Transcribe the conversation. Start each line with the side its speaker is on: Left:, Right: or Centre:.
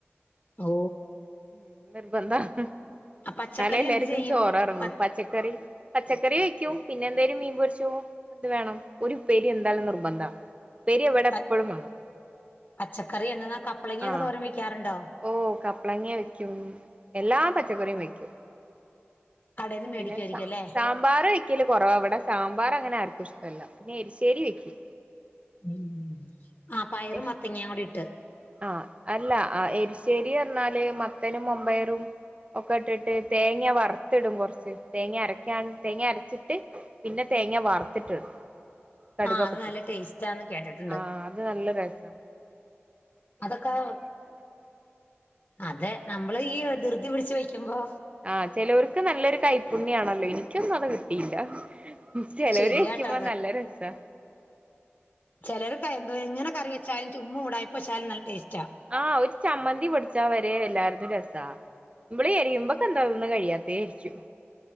Left: ഓ
Right: ഉം നിർബന്ധവാ
Left: പച്ചക്കറി
Right: എന്നാലേ എല്ലാവർക്കും
Left: എന്ത് ചെയ്യും
Right: ചോറ് ഇറങ്ങൂ
Left: പ
Right: പച്ചക്കറി പച്ചക്കറി. ക്കും പിന്നെ എന്തായാലും മീൻ പൊരിച്ചതും എന്ത് വേണം ഒരു ഉപ്പേരി എന്തായാലും നിർബന്ധവാ. ഉപ്പേരി ഇവിടെ
Left: പ
Right: എപ്പോഴും വേണം.
Left: പച്ചക്കറി എന്നാ. കപ്പളങ്ങ
Right: ആ
Left: ഒക്കെ തോരൻ വെക്കാറുണ്ടോ.
Right: ഓ കപ്പളങ്ങ വെക്കും. എല്ലാ പച്ചക്കറിയും വെക്കും.
Left: കടേന്ന് മേടിക്കുവായിരിക്കും
Right: പിന്നെ സാ
Left: അല്ലേ
Right: സാമ്പാർ വെക്കല് കുറവാ, ഇവിടെ സാമ്പാർ അങ്ങനെ ആർ ഇഷ്ടല്ല പിന്നെ എരിശ്ശേരി വെക്കും.
Left: ഉം ആഹ് പയറ്
Right: എരി
Left: മത്തങ്ങ കൂടി ഇട്ട്.
Right: ആഹ് അല്ല ആഹ് എരിശ്ശേരി പറഞ്ഞാല് മത്തനും മമ്പയറും ഒക്കെ ഇട്ടിട്ട് തേങ്ങ വറുത്തിടും കൊറച്ച് തേങ്ങ അരക്കാൻ തേങ്ങ അരച്ചിട്ട് പിന്നെ തേങ്ങ വറുത്തിട്ട് ഇടും. കടുക്
Left: ആഹ്
Right: ഒക്കെ
Left: അത് നല്ല
Right: പൊടിച്ചിട്ട്
Left: ടേസ്റ്റാന്ന് കേട്ടിട്ടുണ്ട്
Right: ആഹ് അത് നല്ല രസ.
Left: അതൊക്കെ അതെ നമ്മള് ഈ ധൃതിപിടി ചോദിക്കുമ്പോ.
Right: ആഹ് ചിലവർ ക്ക് നല്ലൊരു കൈപ്പുണ്യം ആണല്ലോ, എനിക്കൊന്നും അത് കിട്ടിയില്ല. ചെലവര്
Left: ശരിയാട്ടോ
Right: വെക്കുമ്പോ നല്ല രസാ
Left: ചിലർ എന്തോ ഇങ്ങനെ കറി വെച്ചാലും ചുമ്മ ഉടായിപ്പച്ചാലും നല്ല ടേസ്റ്റ്
Right: ആ ഒരു ചമ്മന്തി പൊടിച്ചാ വരെ എല്ലാർത്തും രസാ ന്മള് എരിയുമ്പൊ എന്തോന്നേന്ന് കഴിയാത്തേ ആയിരിക്കും